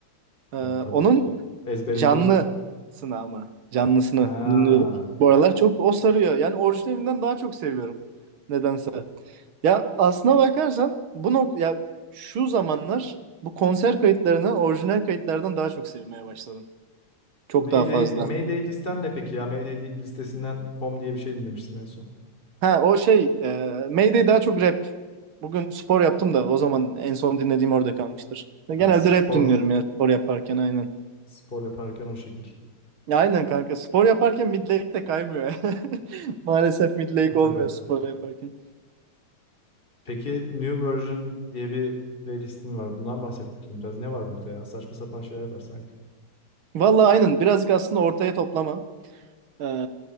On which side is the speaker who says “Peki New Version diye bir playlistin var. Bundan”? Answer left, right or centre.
Left